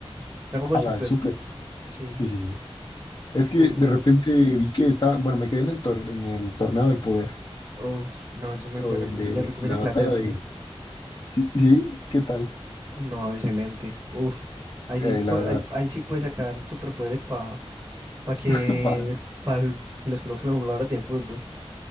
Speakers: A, on the right; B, on the left.
A: Dragon Ball
B: a la
A: Super.
B: de Super.
A: Sí.
B: Sí, sí, sí. Es que
A: U-
B: de repente vi que estaba, bueno, me quedé en el, tor- en el torneo del poder,
A: Uf, no, eso es muy
B: o
A: bueno. Le
B: donde
A: recomiendo
B: la
A: que
B: batalla
A: la termine.
B: de... Sí, sí, ¿qué tal?
A: No, excelente. Uf. Ahí
B: Eh,
A: sí, pu-
B: la verdad,
A: ahí, ahí sí puede sacar superpoderes para que,
B: <laughs> para.
A: pa el- pa que los coloquen los jugadores de fútbol.